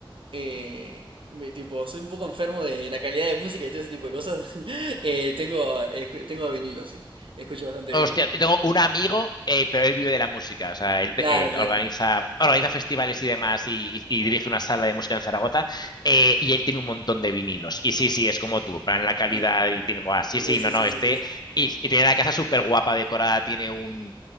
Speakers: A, on the right (about 75°); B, on the left (about 50°).
A: eh, me- tipo, soy un poco enfermo de la calidad de música y todo ese tipo de cosas, <laughs> eh, tengo, escu- tengo vinilo, sí, escucho bastante
B: Hostia,
A: vinilo.
B: yo tengo un amigo, eh, pero él vive de la música, o sea, él,
A: Claro,
B: él
A: claro.
B: organiza, organiza festivales y demás y, y- y dirige una sala de música en Zaragoza eh, y él tiene un montón de vinilos. Y sí, sí, es como tú, plan la calidad
A: Ah,
B: y tiene, buah, sí,
A: Sí,
B: sí,
A: sí,
B: no, no,
A: sí,
B: este,
A: sí, sí. sí.
B: y, y tiene la casa súper guapa decorada, tiene un,